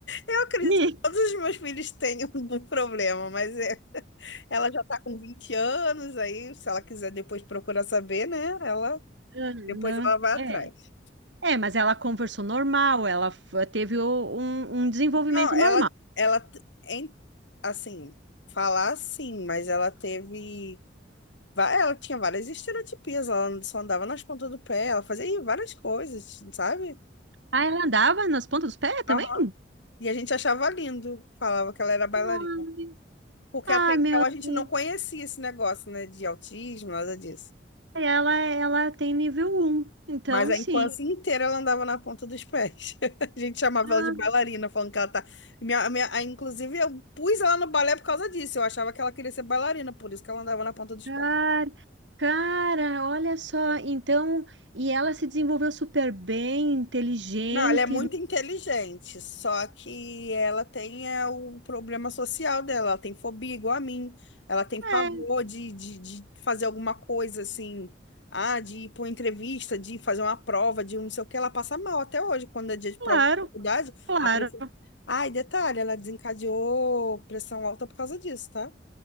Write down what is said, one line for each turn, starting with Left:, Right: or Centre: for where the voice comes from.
Left: Eu acredito
Right: Ih,
Left: que todos os meus filhos tenham algum problema, mas é, ela já tá com 20 anos, aí se ela quiser depois procurar saber, né? Ela
Right: Aham,
Left: depois ela vai atrás.
Right: É. É, mas ela conversou normal, ela f- teve o- um, um desenvolvimento
Left: Não, ela
Right: normal.
Left: ela t- em- assim, falar sim, mas ela teve va- ela tinha várias estereotipias, ela só andava nas pontas do pé, ela fazia ih, várias coisas, sabe?
Right: Ah, ela andava nas pontas dos pés também?
Left: Aham. E a gente achava lindo, falava que ela era bailarina.
Right: Ai,
Left: Porque
Right: ai,
Left: até
Right: meu
Left: então a gente
Right: Deus.
Left: não conhecia esse negócio, né, de autismo, nada disso.
Right: Ai, Ela, ela tem nível um então
Left: Mas a
Right: sim.
Left: infância inteira ela andava na ponta dos pés. <laughs> A gente chamava
Right: Ah,
Left: ela de bailarina, falando que ela tá. Minha, minha, a- inclusive, eu pus ela no balé por causa disso. Eu achava que ela queria ser bailarina, por isso que ela andava na ponta dos
Right: cara,
Left: pés.
Right: cara, olha só. Então, e ela se desenvolveu super bem, inteligente.
Left: Não, ela é muito inteligente, só que ela tem é, o problema social dela, ela tem fobia igual a mim, ela tem pavor
Right: É,
Left: de, de, de fazer alguma coisa assim, ah, de ir para uma entrevista, de fazer uma prova, de um não sei o que, ela passa mal até hoje, quando é dia de
Right: claro,
Left: prova de faculdade,
Right: claro.
Left: a pressão... Ai, detalhe, ela desencadeou pressão alta por causa disso, tá?